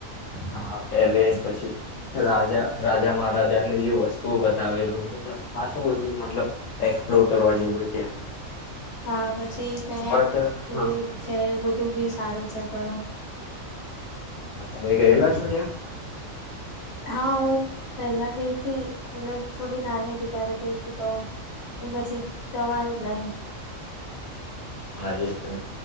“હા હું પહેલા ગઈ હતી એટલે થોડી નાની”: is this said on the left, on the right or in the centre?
Left